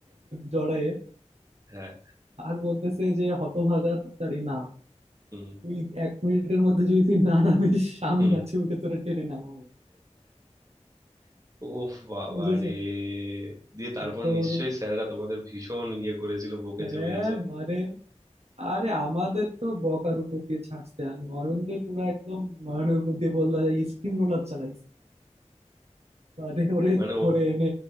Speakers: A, on the right; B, on the right.
A: জড়ায়ে
B: হ্যাঁ
A: আর বলতেছে যে হতভাগা তাড়াতাড়ি নাম
B: হুম
A: তুই এক মিনিটের মধ্যে যদি তুই না নামিস আমি
B: হুম
A: গাছে উঠে তোরে টেনে নামাবো
B: ওফ বাবা
A: বুঝেছো
B: রে দিয়ে তারপর
A: এখন
B: নিশ্চয়ই স্যাররা তোমাদের ভীষণ ইয়ে করেছিল বকেছে
A: হ্যাঁ
B: মেরেছে
A: মানে আরে আমাদের তো বকার উপর দিয়ে ছাড়ছে আর নয়ন যে পুরো একদম নয়নের উপর দিয়ে বললো স্টিম রোলার চালাইছে মানে ওরে
B: মানে
A: ধরে
B: ও
A: এনে